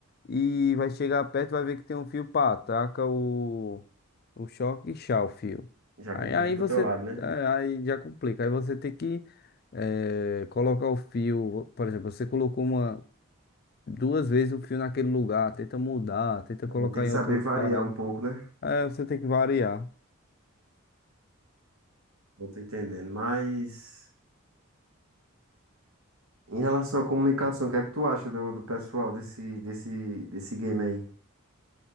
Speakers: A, on the left (about 45°); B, on the right (about 75°).
A: e vai chegar perto, vai ver que tem um fio, pá, taca o, o choque e chá o fio.
B: Já
A: Aí,
B: complica
A: aí
B: pro
A: você,
B: teu lado, né?
A: é, aí já complica. Aí você tem que é, colocar o fio, por exemplo, você colocou uma, duas vezes o fio naquele lugar, tenta mudar, tenta
B: Aí
A: colocar
B: Tem que
A: em
B: saber
A: outras
B: variar
A: paradas.
B: um pouco, né?
A: É, você tem que variar.
B: Eu tô entendendo. Mas. Em relação à comunicação, o que é que tu acha do, do pessoal desse, desse, desse game aí?